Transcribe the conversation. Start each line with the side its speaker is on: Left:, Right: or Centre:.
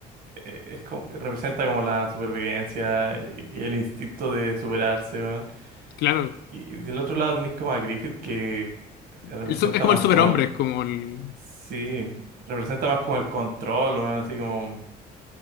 Right: eh, Es como, representa como la supervivencia y, y el instinto de superarse, weón.
Left: Claro,
Right: Y del otro lado tenéis como a Griffith, que representa
Left: el su- es como
Right: más
Left: el superhombre,
Right: como el...
Left: es como el,
Right: Sí, representa más como el control, weón, así como...